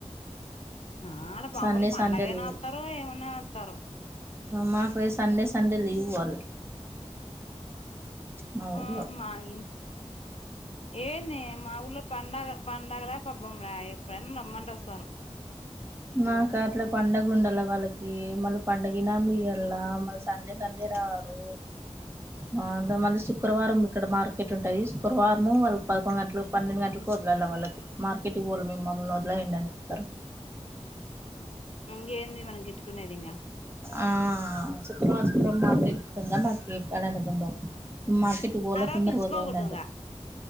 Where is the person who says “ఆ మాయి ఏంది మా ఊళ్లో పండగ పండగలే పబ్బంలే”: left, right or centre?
Left